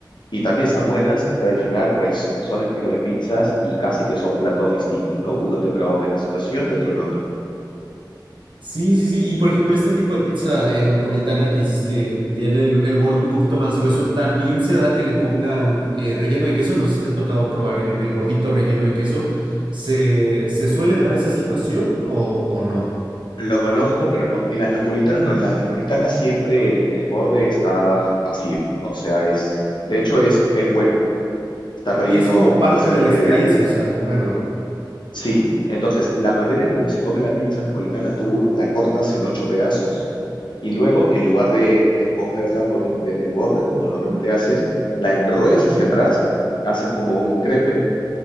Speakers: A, on the left; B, on the right.
A: y también están buenas, pero al final, pues son estilos de pizzas y casi que son platos distintos, ¿no? Uno te provoca en una situación y otro en otra.
B: Sí, sí, sí. Y por ejemplo, este tipo de pizza eh, napolitana que dices que tiene el, el borde un poquito más grueso, también se da que le pongan eh, relleno de queso. No sé si te ha tocado probar el, el bordito relleno de queso. ¿Se, se suele dar esa situación o o no?
A: Lo conozco, pero no. En las napolitanas, no, en las napolitanas siempre el, el borde está vacío. O sea, es, de hecho es, es hueco. Está relleno
B: Y es como parte
A: básicamente
B: de la experiencia,
A: de aire.
B: o sea, comerlo.
A: Sí. Entonces, la manera en cómo se come la pizza napolitana, tú la cortas en ocho pedazos y luego, en lugar de, de cogerla por un, desde el borde, como normalmente haces, la enrollas hacia atrás, haces como un crepe